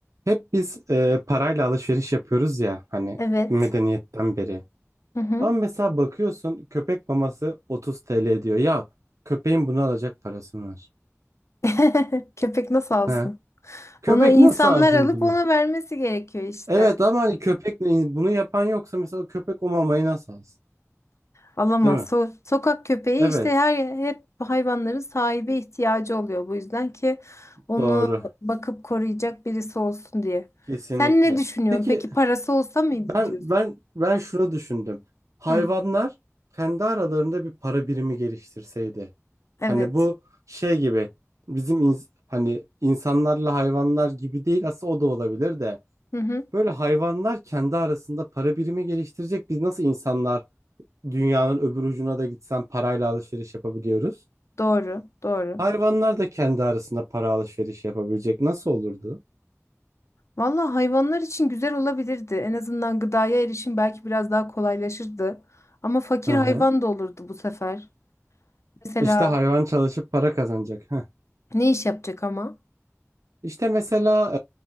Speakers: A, on the right; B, on the left.
A: Hep biz e, parayla alışveriş yapıyoruz ya hani
B: Evet.
A: medeniyetten beri.
B: Hı hı.
A: Ama mesela bakıyorsun köpek maması 30 TL diyor. Ya köpeğin bunu alacak parası mı var?
B: <laughs> Köpek nasıl alsın?
A: He? Köpek
B: Ona insanlar
A: nasıl alsın
B: alıp
A: bunu?
B: ona vermesi gerekiyor işte.
A: Evet ama hani köpek bunu yapan yoksa mesela köpek o mamayı nasıl alsın?
B: Alamaz.
A: Değil mi?
B: So- sokak köpeği
A: Evet
B: işte her hep hayvanların sahibi ihtiyacı oluyor. Bu yüzden ki onu
A: doğru
B: bakıp koruyacak birisi olsun diye.
A: kesinlikle.
B: Sen ne düşünüyorsun?
A: Peki
B: Peki parası olsa mıydı
A: Ben
B: diyorsun?
A: ben ben şunu düşündüm. Hayvanlar
B: Hı.
A: kendi aralarında bir para birimi geliştirseydi.
B: Evet.
A: Hani bu şey gibi bizim ins- hani insanlarla hayvanlar gibi değil aslında o da olabilir de
B: Hı hı.
A: böyle hayvanlar kendi arasında para birimi geliştirecek. Biz nasıl insanlar dünyanın öbür ucuna da gitsen parayla alışveriş yapabiliyoruz?
B: Doğru. Doğru.
A: Hayvanlar da kendi arasında para alışverişi yapabilecek. Nasıl olurdu?
B: Valla hayvanlar için güzel olabilirdi. En azından gıdaya erişim belki biraz daha kolaylaşırdı. Ama fakir
A: Hı
B: hayvan
A: hı.
B: da olurdu bu sefer. Mesela
A: İşte hayvan çalışıp para kazanacak. <laughs>
B: ne iş yapacak ama?
A: İşte mesela